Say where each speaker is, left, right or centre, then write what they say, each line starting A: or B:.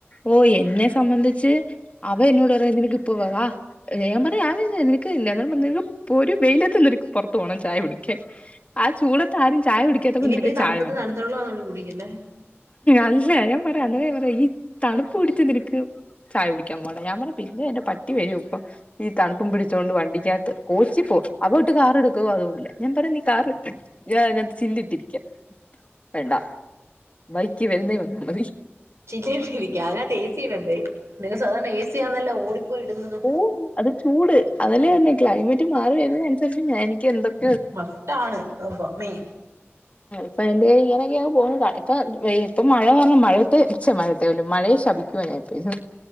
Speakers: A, on the left; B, on the right.
A: ഓ എന്നെ സംബന്ധിച്ച് അവ എന്നോട് പറ നിനക്ക് ഇപ്പവാവാ ഞ അല്ല എനക്ക് ഇല്ല ഇപ്പോൾ ഒരു വെയിലത്ത നിക്ക് പുറത്ത് പോണം ചായൊടിക്കാൻ ആ ചൂടത്ത് ആരും ചായ പിടിക്കാത്തപ്പോ
B: ഇനിയിപ്പോ
A: നിനക്ക്
B: ഈ തണുപ്പത്ത്
A: ചായ വേ
B: തണുത്തുള്ളാന്നോടി കുടിക്കുന്നേ
A: അല്ല ഞാൻ പറയാ അന്ന പറയാ ഈ തണുപ്പ് പിടിച്ച് നിനക്ക് ചായ പിടിക്കാൻ പോല ഞാൻ പറയാ അല്ല എാ പട്ടി വരൂ ഇപ്പ ഈ തണുപ്പും പിടിച്ചുകോണ്ട് വണ്ടിക്കകത്ത് കോച്ചി പോ അവോട്ട് കാർ എടുക്കുവോ അതുംല്ലേ ഞാൻ പറയാ നീ കാർ ഞാത്ത് ചില്ല ഇട്ടിരിക്ക വേണ്ട ബൈക്ക് വരുന്നേ വന്നാൽ മതി <inaudible>
B: ചില്ലട്ട ഇരിക്ക അതിനകത്ത് ഏ സിയിടണ്ടേ നിങ്ങ സാധാരണ ഏ സിയാന്നല്ല ഓടിപ്പോ ഇടുന്നത്
A: ഓ അത് ചൂട് അതല്ലേ പറന്നെ ക്ലൈമറ്റ് മാറി വരുന്നതിനനുരിച്ച് ഞാ എനിക്ക് എന്തക്ക
B: മ്ടാണ് മീൻ
A: അപ്പ എന്തായാലും ഇങ്ങനൊക്കെ പോ ഇപ്പൊ ഇപ്പ മഴ കാരണം മഴത്ത് <inaudible> പോലും മഴയെ ശപിക്കുവാ ഞാ ഇപ്പോരുന്നു